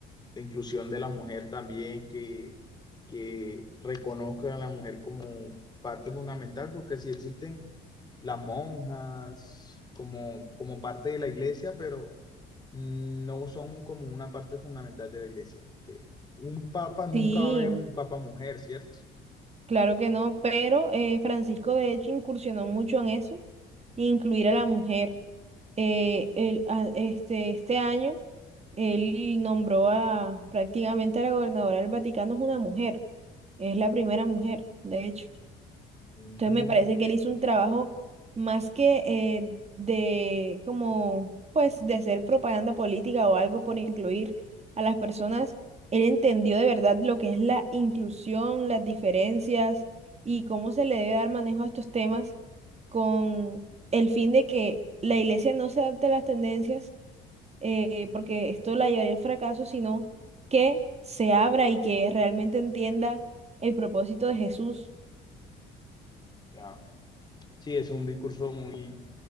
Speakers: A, on the left; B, on the right.
A: de inclusión de la mujer también, que, que reconozca a la mujer como parte fundamental, porque si existen las monjas como, como parte de la iglesia, pero no son como una parte fundamental de la iglesia. Que Un papa nunca
B: Sí,
A: va a haber un papa mujer, ¿cierto?
B: claro que no, pero eh, Francisco de hecho incursionó mucho en eso, incluir a la mujer. Eh, él, a- este, este año él nombró a prácticamente a la gobernadora del Vaticano es una mujer, es la primera mujer, de hecho.
A: Mm,
B: Entonces me parece que él hizo un trabajo más que eh, de como pues de hacer propaganda política o algo por incluir a las personas. Él entendió de verdad lo que es la inclusión, las diferencias y cómo se le debe dar manejo a estos temas con el fin de que la iglesia no se adapte a las tendencias, eh, porque esto la llevaría al fracaso, sino que se abra y que realmente entienda el propósito de Jesús.
A: ya. Sí, es un discurso muy,